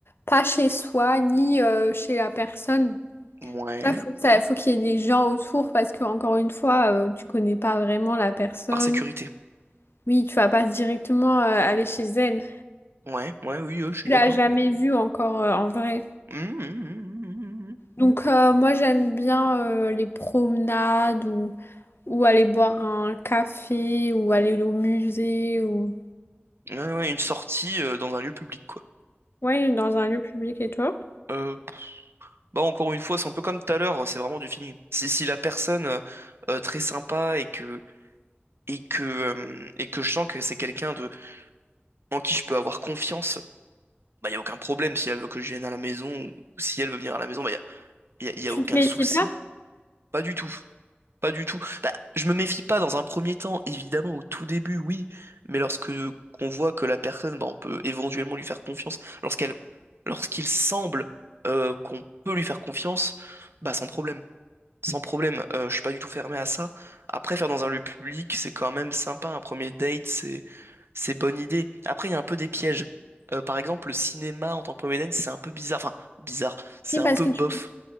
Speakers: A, on the left; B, on the right.
A: pas chez soi ni euh, chez la personne.
B: Ouais.
A: Ça, faut que ça, faut qu'il y ait des gens autour parce que, encore une fois, euh, tu connais pas vraiment la personne.
B: Par sécurité.
A: Oui, tu vas pas directement euh, aller chez elle.
B: Ouais, ouais, oui, euh, je suis
A: Tu
B: d'accord.
A: l'as jamais vue encore euh, en vrai.
B: Hum, hum, hum, hum,
A: Donc, euh, moi, j'aime bien euh, les promenades ou, ou aller boire un café ou aller au musée ou.
B: hum. Ouais, ouais, une sortie euh, dans un lieu public, quoi.
A: Ouais, dans un lieu public et toi?
B: Euh, bah encore une fois, c'est un peu comme tout à l'heure, c'est vraiment du feeling. Si, si la personne euh, euh, très sympa et que et que euh, et que je sens que c'est quelqu'un de en qui je peux avoir confiance, bah y a aucun problème si elle veut que je vienne à la maison ou si elle veut venir à la maison, bah y a, y a, y
A: Tu
B: a aucun
A: te méfies
B: souci.
A: pas?
B: Pas du tout. Pas du tout. Bah, je me méfie pas dans un premier temps, évidemment, au tout début, oui, mais lorsque qu'on voit que la personne, bah, on peut éventuellement lui faire confiance, lorsqu'elle, lorsqu'il semble euh, qu'on peut lui faire confiance, bah sans problème. Sans problème, euh, je suis pas du tout fermé à ça. Après, faire dans un lieu public, c'est quand même sympa. Un premier date, c'est c'est bonne idée. Après, il y a un peu des pièges. Euh, par exemple, le cinéma en tant que premier date, c'est un peu bizarre. Enfin, bizarre. C'est
A: Oui,
B: un
A: parce
B: peu
A: que
B: bof.
A: tu,